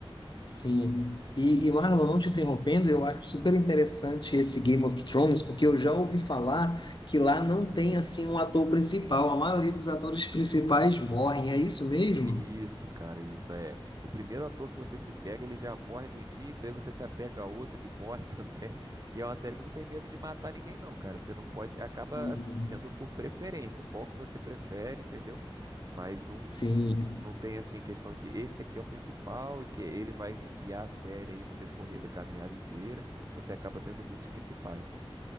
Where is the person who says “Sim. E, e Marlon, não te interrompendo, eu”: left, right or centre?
Left